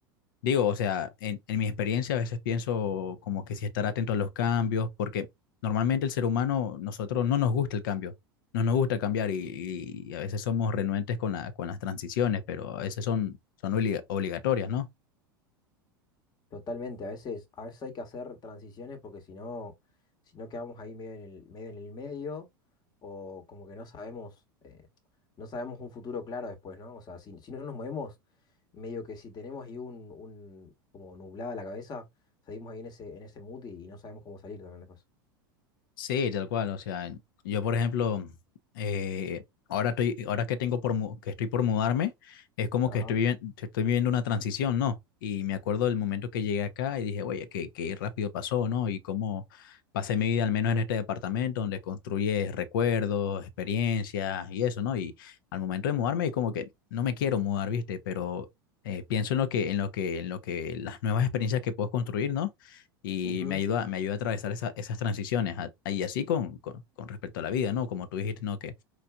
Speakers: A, on the left; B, on the left.
A: digo, o sea, en, en mi experiencia a veces pienso como que si estar atento a los cambios, porque normalmente el ser humano, nosotros no nos gusta el cambio. No nos gusta cambiar y, y a veces somos renuentes con la, con las transiciones, pero a veces son, son obliga- obligatorias, ¿no?
B: Totalmente, a veces, a veces hay que hacer transiciones porque si no, si no quedamos ahí medio en el, medio en el medio, o como que no sabemos, eh, no sabemos un futuro claro después, ¿no? O sea, si, si no nos movemos, medio que si tenemos ahí un, un como nublada la cabeza, seguimos ahí en ese, en ese mood y, y no sabemos cómo salir también después.
A: Sí, tal cual. O sea, yo, por ejemplo, eh, ahora estoy, ahora que tengo por mu- que estoy por mudarme, es como
B: Ajá.
A: que estoy viviendo, estoy viviendo una transición, ¿no? Y me acuerdo del momento que llegué acá y dije, oye, qué, qué rápido pasó, ¿no? Y cómo pasé mi vida, al menos en este departamento, donde construyes recuerdos, experiencias y eso, ¿no? Y al momento de mudarme, es como que no me quiero mudar, ¿viste? Pero eh, pienso en lo que, en lo que, en lo que las nuevas experiencias que puedo construir, ¿no? y
B: Ujú.
A: me ayuda, me ayuda a atravesar esa- esas transiciones a- y así con, con, con respecto a la vida, ¿no? Como tú dijiste, ¿no? Que